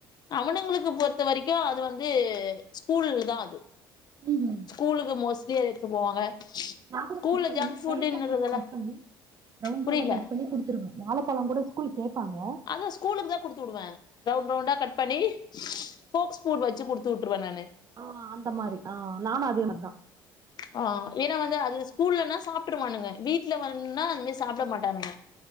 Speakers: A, on the left; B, on the right.
A: அவனுங்களுக்கு பொறுத்த வரைக்கும் அது வந்து ஸ்கூலுக்கு தான் அது
B: ம் ம்
A: ஸ்கூலுக்கு மோஸ்ட்லி அது எடுத்து போவாங்க
B: நா கூட
A: ஸ்கூல்ல
B: கட் பண்ணி
A: ஜங்க் ஃபுட்ன்றதுல
B: சைசா கட் பண்ணி ரவுண்ட்
A: புரியல
B: ரவுண்டா கட் பண்ணி குடுத்துருவேன் வாழப்பழம் கூட ஸ்கூல் கேப்பாங்க
A: அத ஸ்கூலக்கு தா குடுத்து விடுவேன் ரவுண்ட் ரவுண்டா கட் பண்ணி ஃபோக் ஸ்பூன் வச்சு குடுத்து விட்டுருவேன் நானு
B: ஆ அந்த மாரி தா நானும் அதேமாரி தா
A: ஆ ஏன்னா வந்து அது ஸ்கூல்லனா சாப்ட்டுருவானுங்க வீட்ல வந்தா அது மாரி சாப்ட மாட்டானுங்க